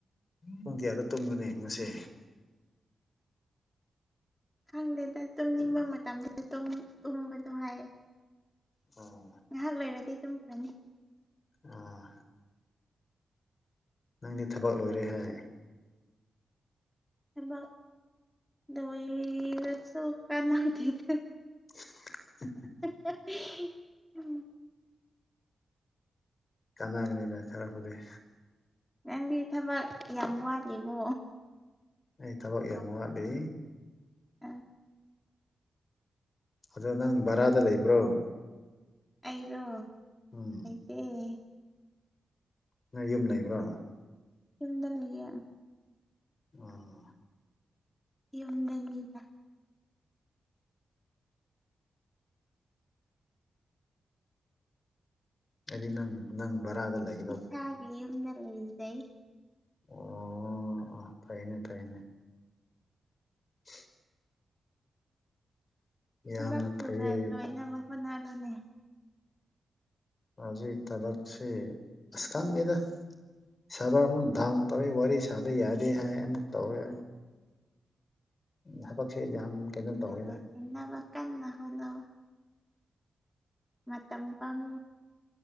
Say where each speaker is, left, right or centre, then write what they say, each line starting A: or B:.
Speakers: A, on the left (about 40°); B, in the centre.
A: ꯄꯨꯡ ꯀꯌꯥꯗꯣ ꯇꯨꯝꯒꯅꯤ ꯉꯁꯦ
B: ꯈꯪꯗꯦꯗ ꯇꯨꯝꯅꯤꯡꯕ ꯃꯇꯝꯗꯨꯁꯨ ꯇꯨꯝꯕꯗꯣ ꯍꯥꯏꯌꯦ
A: ꯑꯣ
B: ꯉꯥꯏꯍꯥꯛ ꯂꯩꯔꯗꯤ ꯑꯗꯨꯝ ꯐꯅꯤ
A: ꯑꯥ ꯅꯪꯗꯤ ꯊꯕꯛ ꯂꯣꯏꯔꯦ ꯍꯥꯏ
B: ꯕ ꯗꯩꯔꯁꯨꯧ ꯀꯥ ꯂ ꯊ
A: <inaudible>
B: <unintelligible>
A: ꯀꯥꯟꯅꯒꯅꯤꯕ ꯈꯔꯛꯄꯗꯤꯩ
B: ꯅꯪꯗꯤ ꯊꯕꯛ ꯌꯥꯝ ꯋꯥꯠꯂꯤꯦꯕꯣ
A: ꯑꯩ ꯊꯕꯛ ꯌꯥꯝ ꯋꯥꯠꯂꯤ
B: ꯑ
A: ꯑꯗꯣ ꯅꯪ ꯕꯔꯥꯗ ꯂꯩꯕ꯭ꯔꯣ
B: ꯑꯩꯗꯣ
A: ꯎꯝ
B: ꯑꯣ
A: ꯅꯪ ꯌꯨꯝ ꯂꯩꯕ꯭ꯔꯣ
B: ꯆꯨꯝꯗ ꯂꯩ
A: ꯎꯝ
B: ꯌ ꯌꯗꯟꯗ
A: ꯍꯥꯏꯗꯤ ꯅꯪ ꯅꯪ ꯕꯔꯥꯗ ꯂꯩ
B: ꯏꯁꯥꯒꯤ ꯌꯨꯝꯗ ꯂꯩꯖꯩ
A: ꯑꯣ ꯇꯥꯏꯅꯦ ꯇꯥꯏꯅꯦ ꯍ ꯌꯥꯝꯅ
B: ꯊꯕꯛ ꯊꯨꯅ
A: ꯐꯩꯌꯦ
B: ꯂꯣꯏꯅꯕ ꯍꯣꯠꯅꯔꯨꯅꯦ
A: ꯍꯧꯖꯤꯛ ꯊꯕꯛꯁꯤ ꯑꯁ ꯈꯪꯉꯤꯗ ꯁꯥꯕ ꯑꯃꯨꯛ ꯗꯥꯎꯟ ꯇꯧꯋꯏ ꯋꯥꯔꯤ ꯁꯥꯕ ꯌꯥꯗꯦ ꯍꯥꯏ ꯑꯃꯨꯛ ꯇꯧꯋꯦ ꯊꯕꯛꯁ ꯌꯥꯝ ꯀꯩꯅꯣ
B: ꯎ ꯅꯟꯅꯕ
A: ꯇꯧꯋꯦꯗ
B: ꯀ ꯍꯅ ꯃꯇꯝ ꯄꯝ